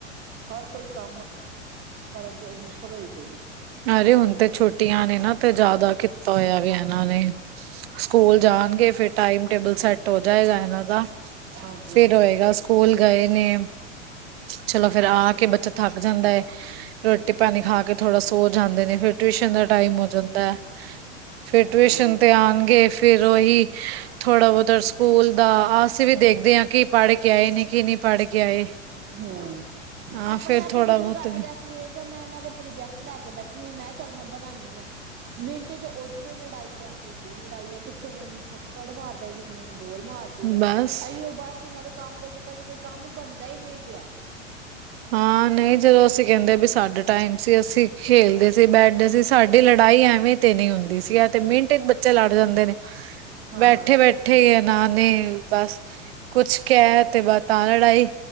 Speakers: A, on the right; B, on the right.
A: ਹਰ ਕੋਈ ਕੰਮ ਕਰਨ 'ਚ ਉਹ ਮੁਸ਼ਕਿਲ ਹੋ ਪਈ ਹੈ
B: ਅਰੇ ਹੁਣ ਤੇ ਛੁੱਟੀਆਂ ਨੇ ਨਾ ਤੇ ਜ਼ਿਆਦਾ ਕੀਤਾ ਹੋਇਆ ਵੀ ਇਹਨਾਂ
A: ਹਾਂਜੀ ਹਾਂਜੀ
B: ਨੇ ਸਕੂਲ ਜਾਣਗੇ ਫੇਿਰ ਟਾਈਮ ਟੇਬਲ
A: ਹਮ
B: ਸੈੱਟ ਹੋ ਜਾਏਗਾ ਇਹਨਾਂ ਦਾ
A: ਹਾਂਜੀ
B: ਫੇਿਰ
A: ਹਾਂਜੀ
B: ਹੋਏਗਾ ਸਕੂਲ ਗਏ ਨੇ ਚਲੋ ਫੇਰ ਆ ਕੇ ਬੱਚਾ ਥੱਕ ਜਾਂਦਾ ਹੈ ਰੋਟੀ ਪਾਣੀ ਖਾ ਕੇ ਥੋੜਾ ਸ ਜਾਂਦੇ ਨੇ ਫਿਰ ਟਿਊਸ਼ਨ ਦਾ ਟਾਈਮ ਹੋ ਜਾਂਦਾ ਹੈ ਫੇਿਰ ਟਿਊਸ਼ਨ
A: ਹਾਂਜੀ ਹਾਂਜੀ
B: ਤੇ ਆਉਣਗੇ ਫੇਿਰ ਉਹੀ ਥੋੜਾ ਬਹੁਤਾ ਸਕੂਲ ਦਾ ਅਸੀਂ ਵੀ ਦੇਖਦੇ ਹਾਂ ਕਿ ਪੜ੍ਹ ਕੇ ਆਏ ਨੀ ਕਿ ਨਹੀਂੀ ਪੜ੍ਹ ਕੇ ਆਏ
A: ਹੂੰ
B: ਹਾਂ
A: ਆਪਣੇ
B: ਫਿਰ
A: ਆਪ
B: ਥੋੜਾ
A: ਤੇ ਕੁੱਛ
B: ਬਹੁਤ
A: ਨੀ ਕਰ ਸਕਦੇ ਅਸ ਵੇਰ ਤਾਂ ਮੈਂ ਇਹਨਾਂ ਦੇ ਪ੍ਰੋਜੈਕਟ ਲੈ ਕੇ ਬੈਠੀ ਆਾਂ ਮੈਂ ਚੱਲ ਮੈਂ ਬਣਾਉਾਨਦੀ ਹਾਂ ਮਿੰਟ ਚ ਉੱਧਰੋਂ ਲੜਾਈ ਆ ਉੱਧਰੋਂ ਲੜਾਈ ਆ ਕਿਸੇ ਨੇ ਉਹਨੂੰ ਥੱਪੜ ਮਾਰ ਕਿਸੇ ਇਹ ਨੂੰ ਬੋਲ ਮਾਰਦੀ ਆ
B: ਬਸ
A: ਇਹੀਓ ਬਸ ਇਹਨਾਂ ਦੇ ਕੰਮ ਦੇ ਚੱਕਰ ਚ ਕੋਈ ਕੰਮ ਬਣਦਾ ਹੀ ਨਹੀਂ ਪ੍ਰਿਆ
B: ਹਾਂ ਨਹੀਂ ਜਦੋਂ ਅਸੀਂ ਕਹਿੰਦੇ ਵੀ ਸਾਡੇ ਟਾਈਮ ਸੀ ਅਸੀਂ ਖੇਲਦੇ ਸੀ ਬੈਠਦੇ ਸੀ ਸਾਡੀ ਲੜਾਈ ਐਵੇਂ ਤੇ ਨਹੀਂ ਹੁੰਦੀ ਸੀਗਾ ਤੇ ਮਿੰਟ ਬੱਚੇ ਲੜ ਜਾਂਦੇ ਨੇ
A: ਹਾਂ
B: ਬੈਠੇ ਬੈਠੇ ਆ ਨਾਨ ਨੇ ਬਸ ਕੁਛ ਕਿਹ ਤੇ ਬਾ ਤਾਂ ਲੜਾਈ